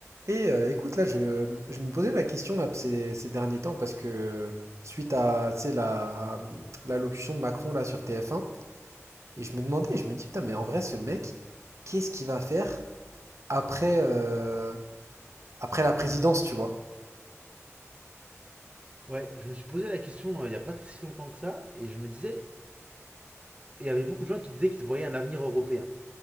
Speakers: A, on the right (about 65°); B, on the right (about 25°).
A: Et euh, écoute, là, je, je me posais la question là, ces, ces derniers temps parce que suite à, tu sais, la, l'allocution de Macron là sur TF1, et je me demandais, je me dis, putain, mais en vrai, ce mec, qu'est-ce qu'il va faire après, euh, après la présidence, tu vois?
B: Ouais, je me suis posé la question euh, il n'y a pas très si longtemps que ça, et je me disais, et il y avait beaucoup de gens qui disaient qu'ils voyaient un avenir européen.